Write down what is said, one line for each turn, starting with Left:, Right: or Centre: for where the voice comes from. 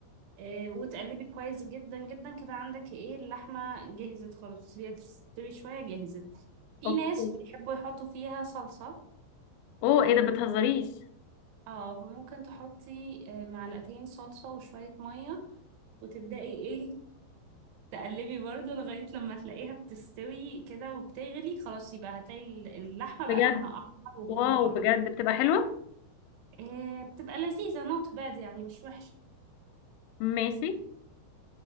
Right: إيه وتقلبي كويس جدا جدا كده عندك ايه اللحمة جهزت خلاص سيبيها تستوي شوية جهزت في
Left: اوكي
Right: ناس بيحبوا يحطوا فيها صلصة
Left: اوه ايه ده بتهزريش
Right: اه فممكن تحطي آه، معلقتين صلصة وشوية مية وتبدأي ايه تقلبي برضو لغاية لما تلاقيها بتستوي كده وبتغلي خلاص يبقى هتلاقي اللحمة بقى
Left: بجد
Right: لونها أحمر وكله
Left: واو
Right: أحمر
Left: بجد بتبقى حلوة
Right: إيه بتبقى لذيذة نوت باد يعني مش وحشة
Left: ماشي